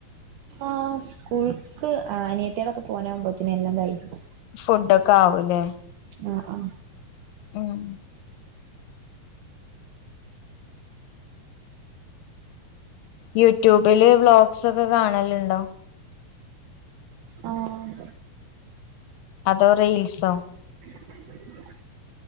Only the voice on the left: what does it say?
ഫുഡക്കെ ആവൂലേ
അഹ് യൂട്യൂബില് വ്ളോഗ്സ് ഒക്കെ കാണല് ഇണ്ടോ
അതോ റിയീൽസോ